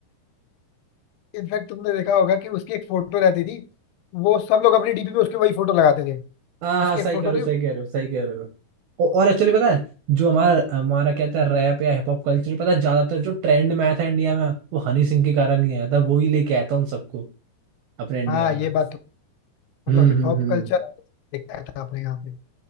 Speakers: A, on the left; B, on the right.
A: थे इनफैक्ट तुमने देखा होगा कि उसकी एक फोटो रहती थी वो सब लोग अपनी डीपी पे उसकी वही फोटो लगाते थे
B: हाँ
A: उसकी
B: हाँ सही
A: एक फोटो
B: कह रहे
A: नहीं
B: हो सही कह रहे हो सही कह रहे हो औ- और एक्चुअली पता है जो हमारा हमारा कहता है रैप या हिप हॉप कल्चर पता है ज्यादातर जो ट्रेंड में आया था इंडिया में वो हनी सिंह के कारण ही आया था वो ही लेके आया था उन सबको अपने इंडिया
A: हाँ ये
B: में
A: बात तो मतलब
B: हम्म
A: हिप
B: हम्म
A: हॉप
B: हम्म
A: कल्चर देखता था अपने यहाँ पे